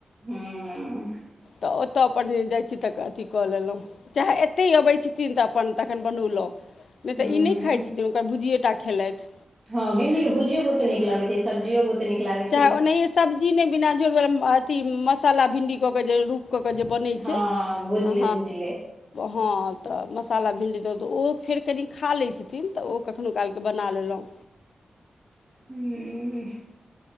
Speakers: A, on the right (about 30°); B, on the left (about 75°).
A: हू -हू- -
B: तऽ ओतऽ अपन जाइ छी तऽ अथी कऽ लेलहुँ चाहे एतहि अबैत छथिन तऽ अपन तखन बनौलहुँ। नहि
A: हूँ
B: तऽ
A: हूँ
B: ई नहि खाइत छथिन हुनकर भुजिए टा खेलथ।
A: हँ भिंडीके भुजियो बहुे नीक लगैत छै सब्जियो बहुत नीक लागैत
B: चाहे
A: छैई।
B: ओनाहिए सब्जी नहि बिना जर अथी मसाला भिणडी कऽ के जे रुप कऽ केऽ जे बनै
A: हँ
B: छै
A: भुजले
B: हँ।
A: भुजले
B: हँ तऽ मसाला भिंडी दहुँ तऽ ओ फेर कनी खा लैत छथिन तऽ ओ कखनहु कालके बना लेलहुँ।
A: हुं।